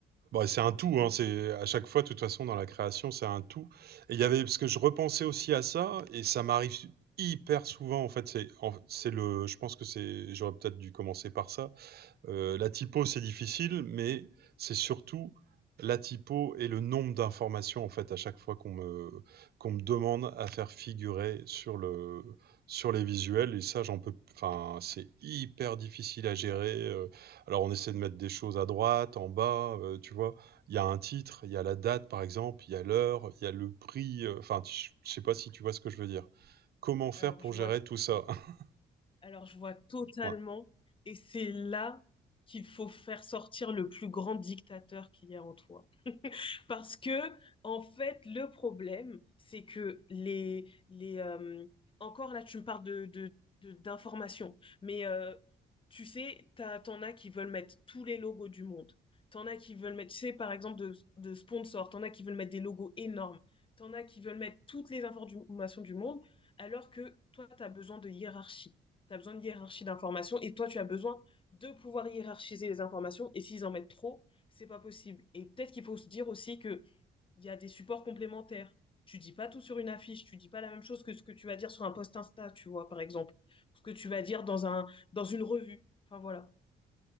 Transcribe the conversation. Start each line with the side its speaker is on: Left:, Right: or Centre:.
Right: Bah, c'est un tout, hein, c'est à chaque fois, de toute façon, dans la création, c'est un tout. Et il y avait, parce que je repensais aussi à ça, et ça m'arrive hyper souvent, en fait, c'est, en- c'est le, je pense que c'est, j'aurais peut-être dû commencer par ça. Euh, la typo, c'est difficile, mais c'est surtout la typo et le nombre d'informations en fait à chaque fois qu'on me, qu'on me demande à faire figurer sur le sur les visuels et ça j'en peux enfin c'est hyper difficile à gérer euh, alors on essaie de mettre des choses à droite en bas euh, tu vois il y a un titre il y a la date par exemple il y a l'heure il y a le prix euh, enfin tu- je sais pas si tu vois ce que je veux dire comment faire
Left: Alors,
Right: pour
Left: je
Right: gérer
Left: vois,
Right: tout ça <laughs>
Left: alors, je vois totalement.
Right: Ouais.
Left: Et c'est là qu'il faut faire sortir le plus grand dictateur qu'il y a en toi. Parce que, en fait, le problème, c'est que les, les, euh, encore là, tu me parles de, de, de- d'informations, mais euh, tu sais, t'as, t'en as qui veulent mettre tous les logos du monde. T'en as qui veulent mettre, tu sais, par exemple, de, de sponsors. T'en as qui veulent mettre des logos énormes. T'en as qui veulent mettre toutes les informations du monde, alors que toi, t'as besoin de hiérarchie. T'as besoin de hiérarchie d'informations et toi, tu as besoin de pouvoir hiérarchiser les informations. Et s'ils en mettent trop, c'est pas possible. Et peut-être qu'il faut se dire aussi qu'il y a des supports complémentaires. Tu dis pas tout sur une affiche, tu dis pas la même chose que ce que tu vas dire sur un post Insta, tu vois, par exemple, ce que tu vas dire dans un dans une revue. Enfin voilà.